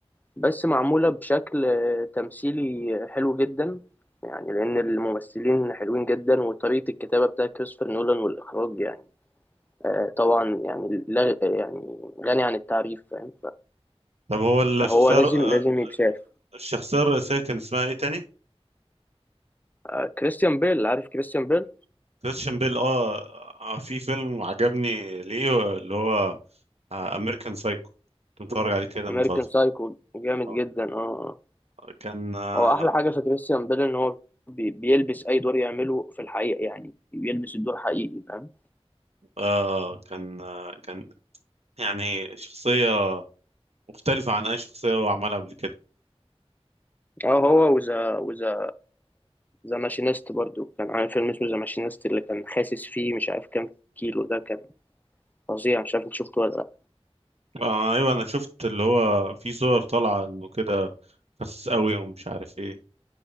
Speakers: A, on the left; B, on the right.
A: بس معموله بشكل تمثيلي حلو جدا يعني لان الممثلين حلوين جدا وطريقه الكتابه بتاعت كريستوفر نولان والاخراج يعني آه، طبعا يعني لا يعني غني عن التعريف فاهم
B: طب هو الشخصية
A: فهو لازم
B: الر-
A: لازم يتشاف
B: الشخصية الرئيسية كان اسمها ايه تاني؟
A: آه، كريستيان بيل عارف كريستيان بيل
B: كريستيان بيل اه آه، في فيلم عجبني ليه اللي هو امريكان سايكو كنت بتفرج عليه كده
A: امريكان
B: من فترة
A: سايكو جامد
B: آه،
A: جدا اه آه.
B: كان آه
A: هو احلى حاجه في كريستيان بيل ان هو بي- بيلبس اي دور يعمله في الحقيقه يعني بيلبس الدور حقيقي فاهم
B: آه، كان آه كان يعني شخصية مختلفة عن أي شخصية هو عملها قبل كده
A: اه هو وذا وذا ذا ماشينيست برضو كان عامل فيلم اسمه ذا ماشينيست اللي كان خاسس فيه مش عارف كام كيلو ده كان فظيع مش عارف انت شفته ولا لا
B: آه أيوة أنا شفت اللي هو في صور طالعة إنه كده خسس أوي ومش عارف إيه